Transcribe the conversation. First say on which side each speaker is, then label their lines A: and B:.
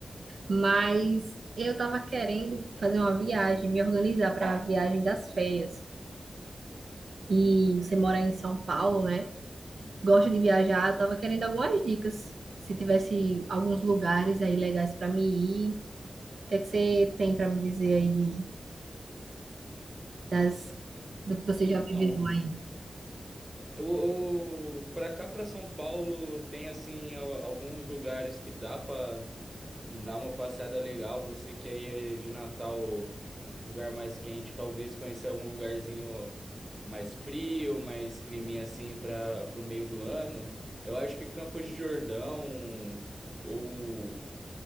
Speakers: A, on the right; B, on the right.
A: Mas eu tava querendo fazer uma viagem, me organizar para a viagem das férias. E você mora em São Paulo, né? Gosta de viajar. Eu tava querendo algumas dicas. Se tivesse alguns lugares aí legais para me ir, o que é que você tem para me dizer aí de das, do que você já
B: Então,
A: viveu aí.
B: eu, eu, pra cá, pra São Paulo, tem assim al- alguns lugares que dá pra Dá uma passada legal. Você que aí é de Natal, um lugar mais quente, talvez conhecer algum lugarzinho mais frio, mais climinha assim para o meio do ano. Eu acho que Campos de Jordão ou